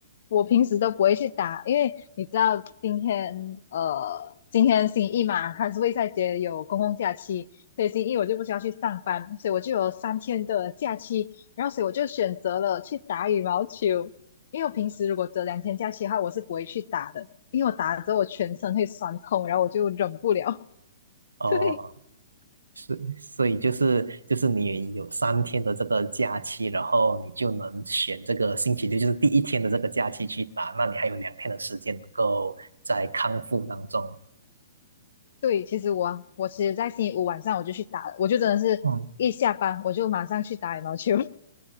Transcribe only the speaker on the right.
哦，
是，所以就是就是你有三天的这个假期，然后你就能选这个星期六，就是第一天的这个假期去打，那你还有两天的时间能够在康复当中。
嗯